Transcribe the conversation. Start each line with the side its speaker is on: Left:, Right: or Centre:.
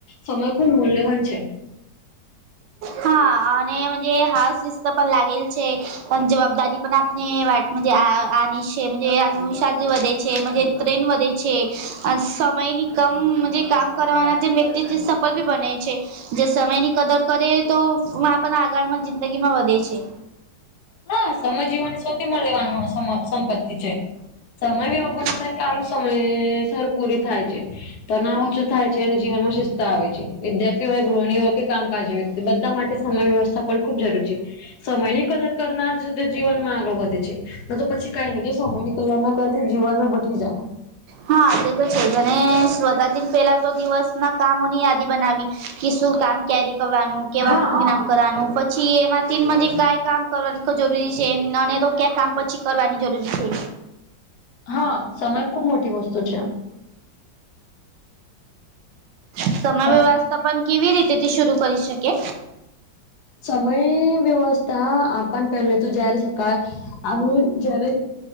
Left: સમય ખુબ મૂલ્યવાન છે.
Right: હા અનેજ હાસ શિસ્ત પણ લાગેલ છે. પણ જવાબદારી પણ આપને વા આ છે જ આત્મવિશ્વાસ વધે છે જ પ્રેમ વધે છે છે સમયની કમ કામ કરવાના તે વ્યક્તિ સફળ બી બને છે. જે સમયની કદર કરે તોપના આગળમાં જિંદગી માં વધે છે.
Left: હા સમય જીવનની સૌથી મૂલ્યવાન સંપત્તિ છે સમય વ્યવસ્થા
Right: <unintelligible>
Left: કામ સમયે સારું પૂરી થાય છે તણાવ ઓછો થાય છે અને જીવનમાં શસ્ત આવે છે વિદ્યાર્થી ય ગૃહણી હોય કે કામકાજ વ્યક્તિ બધા માટે સમય વ્યવસ્થા પણ ખૂબ જરૂરી છે સમયની કદર ના જ જીવનમાં આગળ વધે છે. ન તો પછી કઈ નહી સમય ની કદર ના કર જીવનમાં બેઠી જાય.
Right: હા તે તો છે જ અને સ્વતાથી પેલા તો દિવસ ના કામોની યાદી બનાવી કે શું કામ? કેરી કરવાનું કેવા?
Left: હા
Right: કરવાનું પછી એમાંથી મ કંઈ કામ કરવા જરૂરી છે અને તો ક્યાં કામ પછી કરવાની જરૂરી છે.
Left: હા સમય ખુબ મોટી વસ્તુ છે.
Right: સમય
Left: હવે
Right: વ્યવસ્થાપન કેવી રીતે શરૂ કરી શકે?
Left: સમય વ્યવસ્થા આપણ પહેલે તો જયારે સ આ જયારે